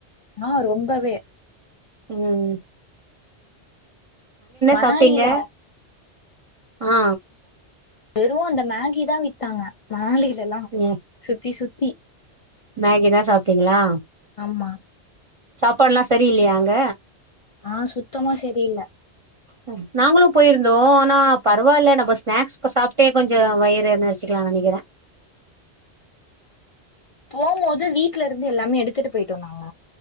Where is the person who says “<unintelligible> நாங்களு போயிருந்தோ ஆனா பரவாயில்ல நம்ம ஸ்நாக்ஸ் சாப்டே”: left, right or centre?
Right